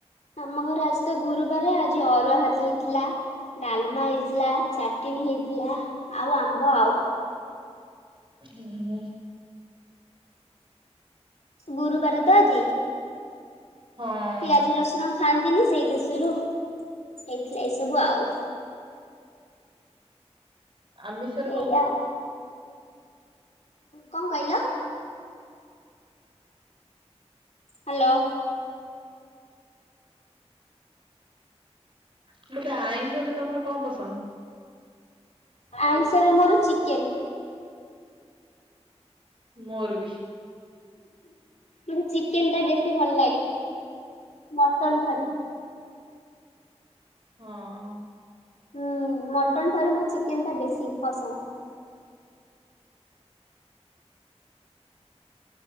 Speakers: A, on the left; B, on the right.
A: ଆମ ଘରେ ଆଜି ତ ଗୁରୁବାରେ ଆଜି ଅରୁଆ ଭାତ ହେଇଥିଲା। ଡାଲମା ହେଇଥିଲା, ଚାଟିଣୀ ହେଇଥିଲା ଆଉ ଆମ୍ବ ଆଉ।
B: ହୁଁ ହଁ
A: ଗୁରୁବାର ତ ଆଜି।
B: ହଁ
A: ପିଆଜ, ରସୁଣ ଖାଆନ୍ତିନି ସେଇ ଦେଶରୁ ହେଇଥିଲା ଏଇ ସବୁ ଆଉ।
B: ଆମିଷରେ କଣ?
A: ଏଇଆ ଆଉ। କଣ କହିଲ? ହ୍ୟାଲୋ।
B: କହିଲି ଆଇଁଷରେ ତମର କଣ ପସନ୍ଦ?
A: ଆଇଁଷରେ ମୋର ଚିକେନ।
B: ମୋର ବି।
A: ମୋତେ ଚିକେନ ଟା ବେଶୀ ଭଲ ଲାଗେ ମଟନ ଠାରୁ।
B: ହଁ।
A: ହୁଁ, ମଟନ ଠାରୁ ମୋର ଚିକେନ୍ ଟା ବେଶୀ ପସନ୍ଦ। <inaudible>